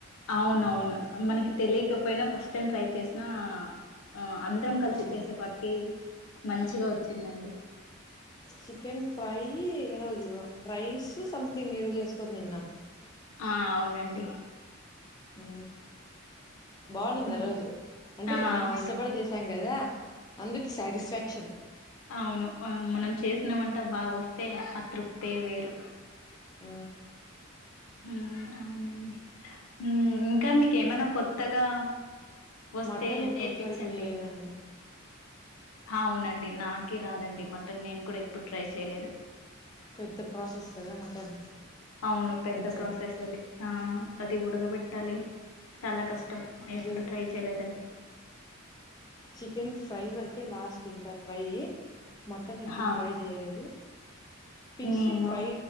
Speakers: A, on the left (about 85°); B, on the left (about 20°).
A: అవునవును మనకి తెలియకపోయినా ఫస్ట్ టైం ట్రై చేసినా ఆ అందరం కలిసి
B: అవును
A: చేసేపాటికి మంచిగా వచ్చిందండి
B: చికెన్ ఫ్రై ఈ ఏ రోజు రైస్ సంథింగ్ ఏదో చేసుకోని తిన్నాం
A: ఆ అవునండి
B: ఉ బాగుండింది
A: హ్మ్.
B: ఆ రోజు అంటే
A: ఆ!
B: మనం
A: అవునండి.
B: కష్టపడి చేసాం కదా అందుకు సాటిస్ఫాక్షన్
A: అవును ఆ మనం చేసి న వంట బాగొస్తే ఆ తృప్తే వేరు
B: ఊ
A: ఊ అవునండి ఉ ఇంకా మీకేమైనా కొత్తగా వస్తే
B: మటన్ ఎప్పుడు
A: నేర్పించండి
B: ట్రై చేయలేదండి
A: అవునండి నాకే రాదండి మటన్ నేను కూడా ఎప్పుడు ట్రై చేయలేదు
B: పెద్ద ప్రాసెస్ కదా మటన్
A: అవును పెద్ద
B: కొంచెం
A: ప్రాసెస్ అది ఆ అది ఉడగబెట్టాలి చాలా కస్ ష్టం
B: అదే
A: ఎప్పుడు ట్రై చేయలేదండి
B: చికెన్ ఫ్రై వరకే లాస్ట్ ఇంకా ట్రై మటన్ ఎప్పుడు
A: హా
B: ట్రై చేయలేదు ఫిష్
A: నేను
B: ఫ్రై